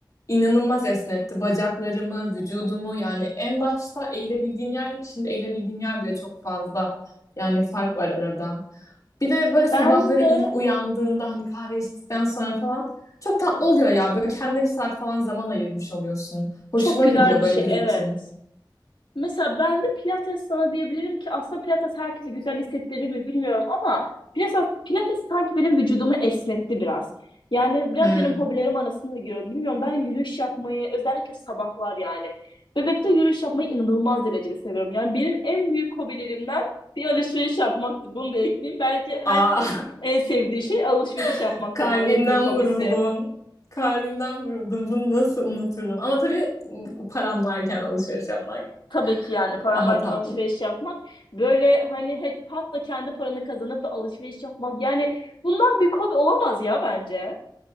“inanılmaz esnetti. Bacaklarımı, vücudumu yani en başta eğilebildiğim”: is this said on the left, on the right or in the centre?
Left